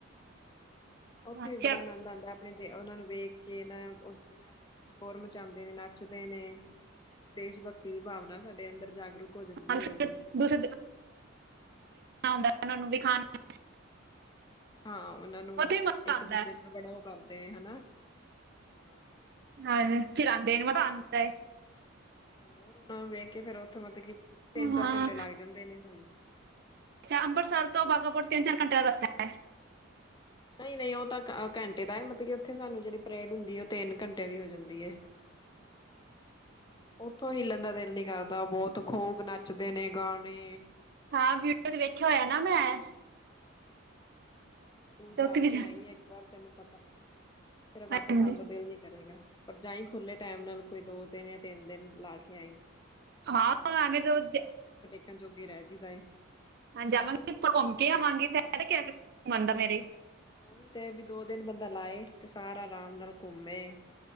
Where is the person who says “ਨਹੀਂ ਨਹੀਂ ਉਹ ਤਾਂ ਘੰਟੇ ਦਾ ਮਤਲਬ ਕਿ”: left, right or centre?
Left